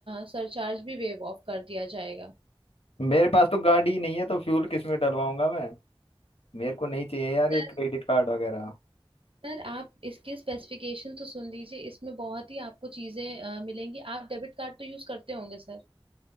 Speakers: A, on the right; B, on the left.
A: सरचार्ज भी वेव ऑफ कर दिया जाएगा
B: मेरे पास तो गाड़ी ही नहीं है तो फ्यूल किस में डलवाऊंगा मैं मेरे को नहीं चाहिए यार
A: सर
B: ये क्रेडिट कार्ड वगैरह
A: सर आप इसके स्पेसिफिकेशन तो सुन लीजिए इसमें बहुत ही आपको चीजें अ, मिलेंगी आप डेबिट कार्ड तो यूज करते होंगे सर